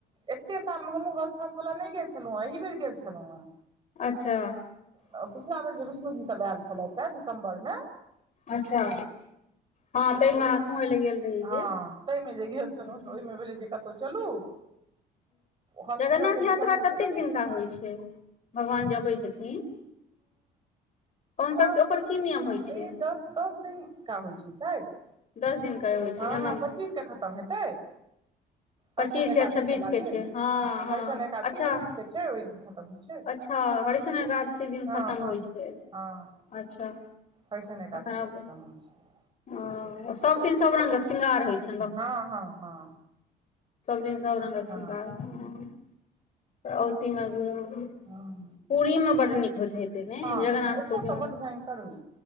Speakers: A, on the right; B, on the left.
A: एतेक सालमे हमहूँ हौस खास वला नहि गेल छलहुँ हँ एहि बेर गेल छलहुँ हा
B: अच्छा।
A: पिछिला बेर जे विष्णु जी सभ आयल छलैथ हं दिसम्बरमे
B: अच्छा। हँ ताहिमे घुमय लए गेल रही
A: ह,
B: जे
A: ताहिमे जे गेल
B: हूँ
A: छलहुँ तऽ ओहिमे भेल जे कतहु चलू? हॉस्पिटल
B: जगन्नाथ
A: से निकललहुँ
B: यात्रा कतेक
A: तऽ
B: दिनका होइ छै, भगवान जे अबै छथिन। हुनकर
A: पई
B: ओकर की नियम होइ छै
A: दस दिन का होइ छै, शायद
B: दस दिन कऽ होइ
A: हँ
B: छै जनम
A: हँ पच्चीस के खतम हेतै हरिशन
B: पच्चीस
A: एकादशी
B: या छब्बीस
A: वाला
B: के
A: दिन
B: छै, हँ, हँ
A: हरिशन एकादशी
B: अच्छा।
A: पच्चीस के छै ओहि दिन खतम होइ छै
B: हँ, हरिश गादसी दिन
A: हँ
B: खतम
A: हँ
B: होइ छै।
A: हँ।
B: अच्छा।
A: हरिशन एकासी
B: तखन आब
A: के खतम होइ छियै।
B: ओ सभ दिन सभ रंगक श्रृंगार होइ छै।
A: हँ हँ हँ
B: सबदिन सभ रंगक
A: हँ
B: शृंगार हँ औतीमे घ <unintelligible>
A: हँ
B: पूरी मे बड्ड नीक होइत हेत ने
A: हँ
B: जगनाथपुर
A: ओतय तऽ बड्ड भयंकर होइ